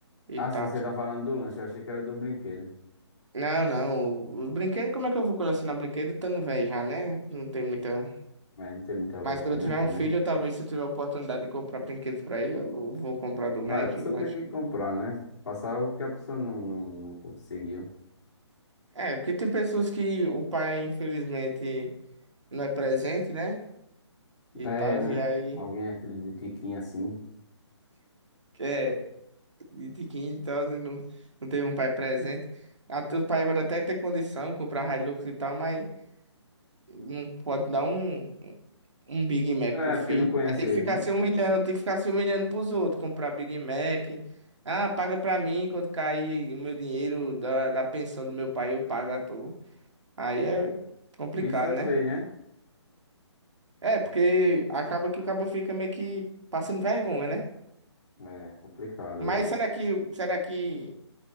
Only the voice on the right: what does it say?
e
tal.
Não, não, os brinquedos, como é que eu vou colecionar brinquedo estando velho já, né? Não tem muita.
Mas quando
eu tiver
um filho, talvez se eu tiver a oportunidade de comprar brinquedos pra ele, eu vou comprar do
Mac.
eu
acho.
É, porque tem pessoas que o pai, infelizmente, não é presente, né? E
tal,
e aí,
é, de de quem e tal, e não, não teve um pai presente. Até O pai vai até ter condição de comprar Hilux e tal, mas não pode dar um. um Big Mac
pro filho.
Aí tem
que ficar
se humilhando, tem que ficar se humilhando pros outros, comprar Big Mac. Ah, paga pra mim quando cair o meu dinheiro da, da pensão do meu pai, eu pago à toa. Aí é complicado,
né?
É, porque acaba que o cabo fica meio que passando vergonha, né?
Mas
será que, será que